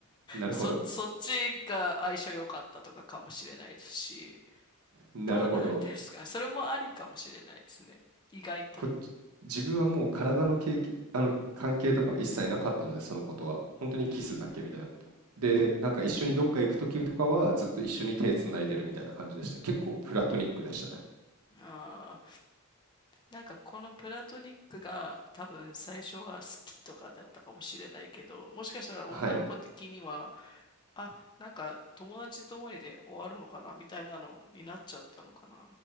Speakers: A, on the right; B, on the left.
A: なるほど。
B: そ、そっちが相性良かったとかかもしれないですし。
A: なるほど。
B: どうなんですかそれもありかもしれないですね。意外と。
A: こっち、自分はもう体の経験、あの、関係とかは一切なかったので、そのことは。本当にキスだけみたいな。
B: うん。
A: で、なんか一緒にどっか行くときとかは、ずっと一緒に手つないでるみたいな感じでした。結構プラトニックでしたね。
B: あなんかこのプラトニックが多分最初は好きとかだったかもしれないけど、もしかしたら女の子的には、
A: はい。
B: あ、なんか友達とまりで終わるのかなみたいなのになっちゃったのかな。